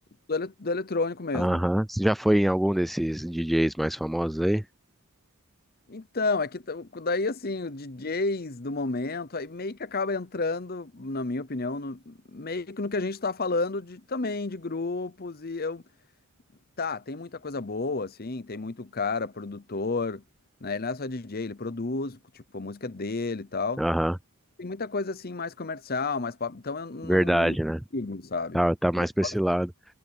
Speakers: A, on the left; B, in the centre.
A: do, ele- do eletrônico mesmo.
B: aham. Você já foi em algum desses DJs mais famosos aí?
A: Então, é que t- daí assim, os DJs do momento, aí meio que acaba entrando, na minha opinião, no- meio que no que a gente tá falando de também de grupos e eu Tá, tem muita coisa boa, assim, tem muito cara, produtor, né? Ele não é só DJ, ele produz, tipo, a música é dele e tal.
B: Aham,
A: Tem muita coisa, assim, mais comercial, mais pop, então eu não,
B: verdade,
A: não
B: né?
A: digo, sabe?
B: Tá, tá mais
A: Eu
B: pra
A: gosto-
B: esse lado.